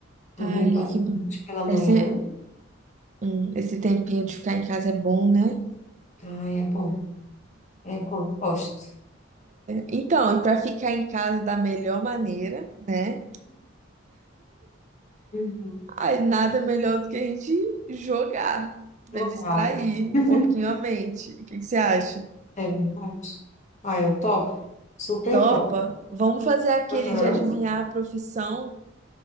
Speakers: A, on the left; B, on the right.
A: Dormi
B: Ai,
A: bastante
B: que...
A: pela manhã.
B: esse, hum, esse tempinho de ficar em casa é bom, né?
A: Ah, é bom. É bom, eu gosto.
B: Então, para ficar em casa da melhor maneira, né?
A: Uhum.
B: Aí nada melhor do que a gente jogar, para
A: Jogar.
B: distrair um
A: <laughs>
B: pouquinho a mente. O que que você acha?
A: É verdade. Ah, eu topo. Super
B: Topa?
A: top.
B: Vamos fazer aquele
A: Aham.
B: de adivinhar a profissão?